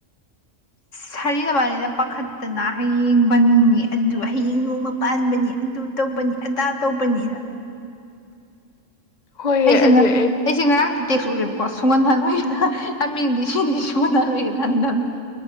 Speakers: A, on the left; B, on the left.
A: ꯁꯥꯔꯤ ꯅꯣꯏꯕꯅꯤꯅ ꯄꯥꯈꯠꯇꯅ ꯍꯌꯦꯡꯕꯟꯅꯦ ꯑꯗꯨ ꯍꯌꯦꯡ ꯅꯣꯡꯃ ꯄꯥꯟꯕꯅꯤ ꯑꯗꯨ ꯇꯧꯕꯅꯤ ꯑꯗꯥ ꯇꯧꯕꯅꯤꯅ
B: ꯍꯣꯏꯑꯦ
A: ꯑꯩꯁꯦ
B: ꯑꯗꯨꯏ
A: ꯉ
B: ꯑꯩ
A: ꯑꯩꯁꯦ ꯉꯔꯥꯡꯗꯤ ꯇꯦꯛꯁ ꯎꯔꯦꯕꯀꯣ ꯁꯨꯡꯍꯣꯟꯍꯜꯂꯣꯏꯔ
B: ꯎꯝ.
A: ꯌꯥꯝ ꯃꯤꯡꯗꯤ ꯁꯤꯅꯤꯗꯤ ꯁꯨꯍꯜꯂꯣꯏꯒꯦꯅ ꯍꯟꯗꯕꯅꯤ